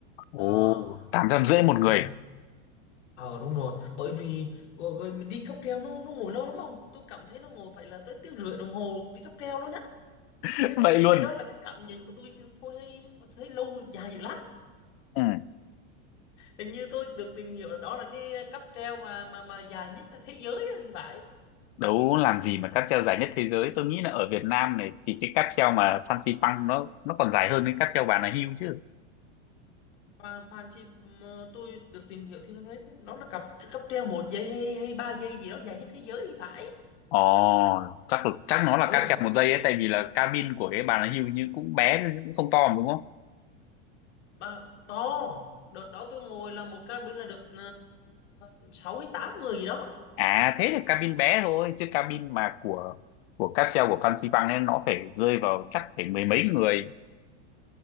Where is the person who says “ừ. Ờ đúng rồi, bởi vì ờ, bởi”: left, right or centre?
Left